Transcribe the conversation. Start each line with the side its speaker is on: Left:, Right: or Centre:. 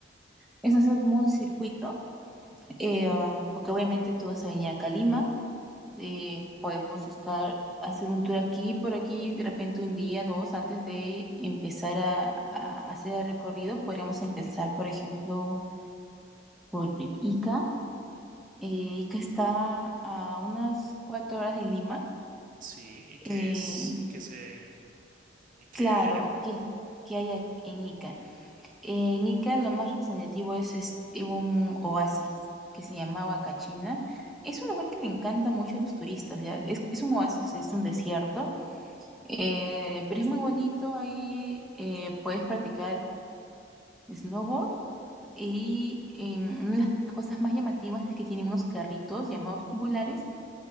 Centre: es hacer como un circuito, eh, ah, porque obviamente tú vas a venir acá a Lima, eh, podemos estar, hacer un tour aquí, por aquí, de repente un día, dos, antes de empezar a, a hacer el recorrido, podríamos empezar, por ejemplo, por Ica. Eh, Ica está a unas cuatro horas de Lima.
Right: sí, y qué
Centre: Eh,
Right: es, y que se, y qué
Centre: claro,
Right: hay allá.
Centre: ¿qué, qué hay aquí en Ica? Eh, en Ica lo más representativo es, este, un oasis que se llama Huacachina. Es un lugar que le encanta mucho a los turistas, ¿ya? Es, es un oasis, es un desierto, Eh, pero es muy bonito, ahí eh, puedes practicar snowboard y eh, una de las cosas más llamativas es que tienen unos carritos llamados tubulares